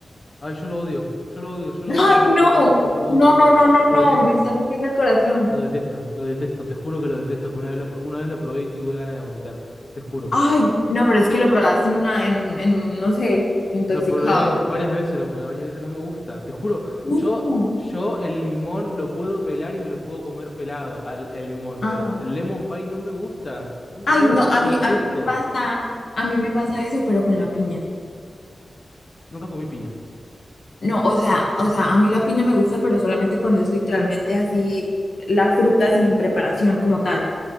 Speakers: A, on the left; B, on the left.
A: Ay, yo lo odio. Yo lo odio, yo lo
B: ¡Ay,
A: odio, lo odio,
B: no!
A: lo odio, lo odio.
B: No, no, no, no,
A: Lo
B: no,
A: detesto.
B: me está rompiendo el corazón.
A: Lo detesto, lo detesto. Te juro que lo detesto. Que una vez lo, pro- una vez lo probé y tuve ganas de vomitar. Te juro.
B: Ay, no, pero es que lo probaste en una, en, en, no sé, intoxicado.
A: Lo probé varias veces, lo probé varias veces. No me gusta. Te juro.
B: No.
A: Yo, yo el limón lo puedo pelar y me lo puedo comer pelado, al, el limón.
B: Ajá.
A: Pero el lemon pie no me gusta. No, me-
B: Ay,
A: no
B: no,
A: lo,
B: a
A: lo detesto.
B: mí, a mí me pasa, a mí me pasa eso, pero con la piña.
A: Nunca comí piña.
B: No, o sea, o sea, a mí la piña me gusta, pero solamente cuando es literalmente así la fruta sin preparación como tal.